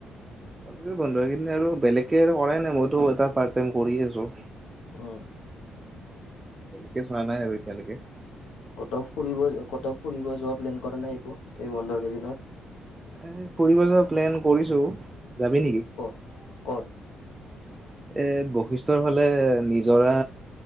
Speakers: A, on the right (about 20°); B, on the left (about 85°).
A: তাকৈ বন্ধ কেইদিন আৰু বেলেগে আৰু কৰাই নাই মইতো এটা পাৰ্ত টাইম কৰি আছো
B: উম
A: তেনেকে চোৱা নাই আৰু এতিয়ালৈকে
B: ক'তও ফুৰিব ক'তও ফুৰিব যোৱা প্লেন কৰা নাই একো এই বন্ধৰ কেইদিনত।
A: এ ফুৰিব যোৱা প্লেন কৰিছো যাবি নেকি?
B: ক'ত ক'ত
A: এ বৈশিষ্টৰ ফালে নিজৰা।